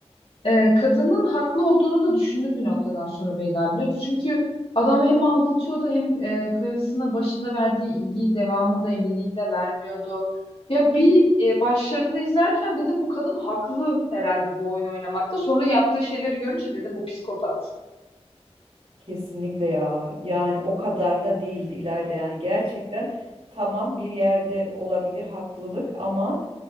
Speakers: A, on the left (about 55°); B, on the right (about 65°).
A: Ee, kadının haklı olduğunu da düşündüm bir noktadan sonra Beyda biliyor musun? Çünkü adam hem aldatıyordu hem e, karısına başında verdiği ilgiyi devamında evliliğinde vermiyordu. Ya bir e, başlarında izlerken dedim bu kadın haklı herhalde bu oyunu oynamakta. Sonra yaptığı şeyleri görünce dedim bu psikopat.
B: Kesinlikle ya. Yani o kadar da değildi İlayda. Yani gerçekten tamam bir yerde olabilir haklılık ama